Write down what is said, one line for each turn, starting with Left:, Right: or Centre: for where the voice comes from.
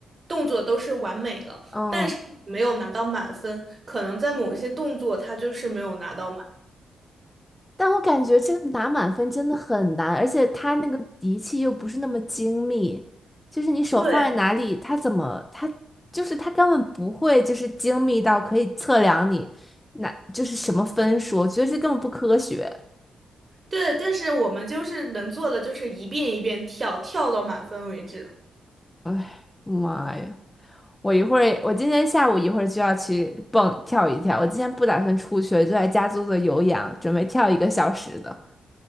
Right: 动作都是完美了，
Left: 嗯，
Right: 但是没有拿到满分，可能在某一些动作它就是没有拿到满。
Left: 但我感觉这个拿满分真的很难，而且他那个仪器又不是那么精密，就是你手放在哪里，
Right: 对。
Left: 他怎么他就是他根本不会就是精密到可以测量你那就是什么分数，我觉得这根本不科学。
Right: 对，但是我们就是能做的就是一遍一遍跳，跳到满分为止。
Left: 哎，妈呀！我一会儿，我今天下午一会儿就要去蹦跳一跳。我今天不打算出去，就在家做做有氧，准备跳一个小时的。